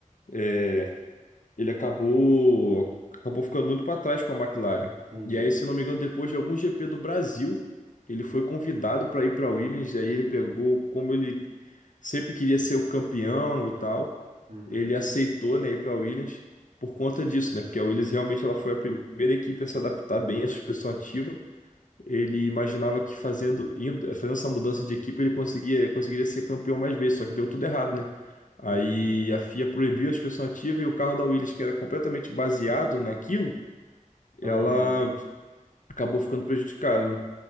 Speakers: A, on the left; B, on the right.
A: é, ele acabou acabou ficando muito para trás com a McLaren.
B: entendi.
A: E aí, se não me engano, depois de algum GP do Brasil, ele foi convidado para ir para Williams, e aí ele pegou, como ele sempre queria ser o campeão e tal,
B: Uhum,
A: ele aceitou, né, ir para Williams por conta disso, né? Porque a Williams realmente ela foi a primeira equipe a se adaptar bem à suspensão ativa ele imaginava que fazendo, indo- fazendo essa mudança de equipe ele conseguia, conseguiria ser campeão mais vezes, só que deu tudo errado, né? Aí
B: uhum,
A: a FIA proibiu a suspensão ativa e o carro da Williams, que era completamente baseado naquilo, ela
B: aham.
A: acabou ficando prejudicada, né?